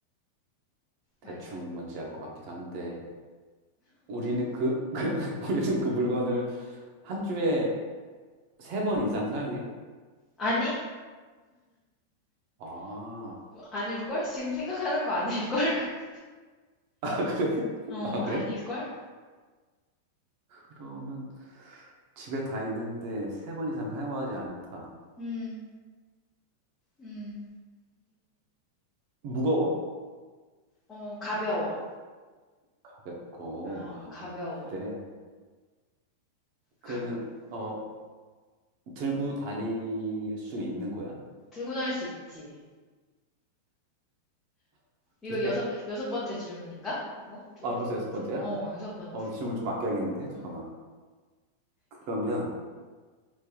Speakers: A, on the right; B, on the left.
A: 대충
B: 맞아.
A: 뭔지 알 것 같기도 한데, 우리는 그, <laughs> 그 우리는 그 물건을 한 주에 세 번 이상 사용해?
B: 아니?
A: 아,
B: 아닐걸? 지금 생각하는 거 아닐걸? <laughs>
A: <laughs> 아, 그래?
B: 어,
A: 아, 그래?
B: 아닐걸?
A: 그러면 집에 다 있는데 세 번 이상 사용하지 않다.
B: 음, 음,
A: 무거워?
B: 어, 가벼워.
A: 가볍고,
B: 어,
A: 아,
B: 가벼워.
A: 그래. 그러면,
B: 가벼워.
A: 어, 들고 다닐 수 있는 거야?
B: 들고 다닐 수 있지. 이거
A: 그래?
B: 여섯, 여섯 번째 질문인가? 이거? 둘,
A: 아,
B: 여섯
A: 벌써 여섯
B: 번째.
A: 번째야?
B: 어, 여섯 번째.
A: 어, 질문 좀 아껴야겠는데? 잠깐만.
B: 응.
A: 그러면,